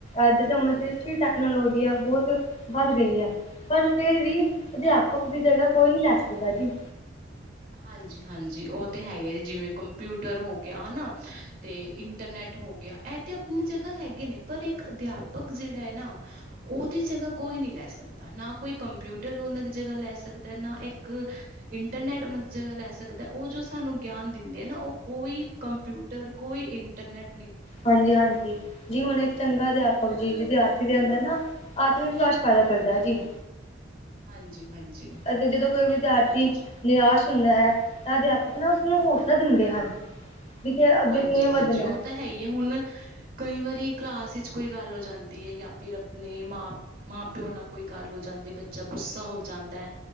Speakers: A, on the left; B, on the right.
A: ਅੱਜ ਦੇ ਸਮੇਂ ਦੇ ਵਿੱਚ ਟੈਕਨੋਲੋਜੀ ਆ ਬਹੋਤ ਵੱਧ ਗਈ ਆ। ਪਰ ਫੇਰ ਵੀ ਅਧਿਆਪਕ ਦੀ ਜਗਾ ਕੋਈ ਨਹੀਂ ਲੈ ਸਕਦਾ ਜੀ।
B: ਹਾਂਜੀ- ਹਾਂਜੀ ਉਹ ਤੇ ਹੈਗੇ ਜੀ ਜਿਵੇਂ ਕੰਪਿਊਟਰ ਹੋ ਗਿਆ ਹਨਾ, ਤੇ ਇੰਟਰਨੈਟ ਹੋ ਗਿਆ। ਇਹ ਤੇ ਆਪਣੀ ਜਗਾ ਹੈਗੇ ਨੇ ਪਰ ਇੱਕ ਅਧਿਆਪਕ ਜਿਹੜਾ ਹੈ ਨਾ ਉਹਦੀ ਜਗਾ ਕੋਈ ਨਹੀਂ ਲੈ ਸਕਦਾ, ਨਾ ਕੋਈ ਕੰਪਿਊਟਰ ਉਹਨਾਂ ਦੀ ਜਗਾ ਲੈ ਸਕਦਾ ਨਾ ਇੱਕ ਇੰਟਰਨੈੱਟ ਉਹਨਾਂ ਦੀ ਜਗਾ ਲੈ ਸਕਦਾ ਉਹ ਜੋ ਸਾਨੂੰ ਗਿਆਨ ਦਿੰਦੇ ਹੈ ਨਾ ਉਹ ਕੋਈ ਕੰਪਿਊਟਰ ਕੋਈ ਇੰਟਰਨੈੱਟ
A: ਹਾਂਜੀ- ਹਾਂਜੀ। ਜੀ ਹੁਣ ਇੱਕ ਚੰਗਾ ਅਧਿਆਪਕ ਜੀ ਵਿਦਿਆਰਥੀ ਦੇ ਅੰਦਰ ਨਾ, ਆਤਮ ਵਿਸ਼ਵਾਸ ਪੈਦਾ ਕਰਦਾ ਹੈ ਜੀ।
B: ਹਾਂਜੀ। ਹਾਂਜੀ।
A: ਅਤੇ ਜਦੋਂ ਕੋਈ ਵਿਦਿਆਰਥੀ
B: ਹਾਂਜੀ
A: ਨਿਰਾਸ਼ ਹੁੰਦਾ ਹੈ ਤਾਂ ਅਧਿਆਪਕ ਨਾ ਉਸਨੂੰ ਹੌਸਲਾ ਦਿੰਦੇ ਹਨ। ਵੀ ਫੇਰ ਅੱਗੇ
B: ਹਾਂਜੀ
A: ਕਿਵੇਂ ਵੱਧਣਾ
B: ਹਾਂਜੀ ਉਹ
A: ਏ?
B: ਤਾਂ ਹੈ ਹੀ ਹੈ ਹੁਣ ਕਈ ਵਾਰੀ ਕਲਾਸ ਵਿੱਚ ਕੋਈ ਗੱਲ ਹੋ ਜਾਂਦੀ ਹੈ ਜਾਂ ਫੇਰ ਆਪਣੇ ਮਾਂ ਮਾਂ-ਪਿਓ ਨਾਲ ਕੋਈ ਗੱਲ ਹੋ ਜਾਂਦੀ। ਬੱਚਾ ਗੁੱਸਾ ਹੋ ਜਾਂਦਾ ਏ।